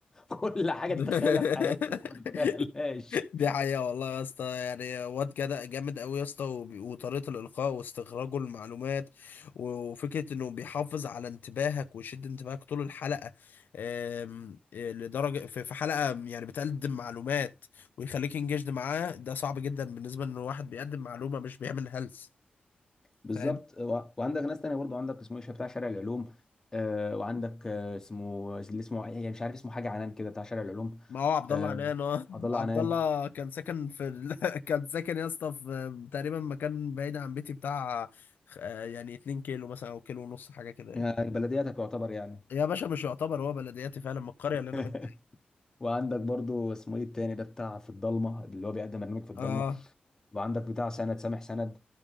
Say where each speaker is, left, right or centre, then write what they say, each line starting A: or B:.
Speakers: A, on the left (about 20°); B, on the left (about 80°).
A: وكل <laughs> حاجه
B: <laughs>
A: تتخيلها في حياتك وما تتخيلهاش
B: دي حقيقة والله يا اسطى يعني واد جدع جامد قوي يا اسطى وب- وطريقة الإلقاء واستخراجه المعلومات و- وفكرة إنه بيحافظ على انتباهك ويشد انتباهك طول الحلقة آم، آه، لدرجة في في حلقة يعني بتقدم معلومات ويخليك انجشد معاه ده صعب جدا بالنسبة إن واحد بيقدم معلومة مش بيعمل هلس
A: بالظبط
B: فاهم
A: و- وعندك ناس تانية برضو عندك اسمه ايش بتاع شارع العلوم آه، وعندك آه، اسمه اللي اسمه يعني مش عارف اسمه حاجه عنان كده بتاع شارع العلوم
B: ما هو عبد
A: آه،
B: الله عنان اه
A: عبد الله
B: عبد
A: عنان
B: الله <laughs> كان ساكن في ال... <laughs> كان ساكن يا اسطى في تقريبا مكان بعيد عن بيتي بتاع آه، يعني 2 كيلو مثلا او كيلو ونص حاجة كده يعني.
A: آه، بلدياتك يعتبر يعني
B: يا باشا مش يعتبر هو بلدياتي فعلا من القرية اللي انا
A: <laughs>
B: منها
A: وعندك برضو اسمه ايه التاني ده بتاع في الضلمه اللي هو بيقدم برنامج في الضلمه
B: اه
A: وعندك بتاع سند سامح سند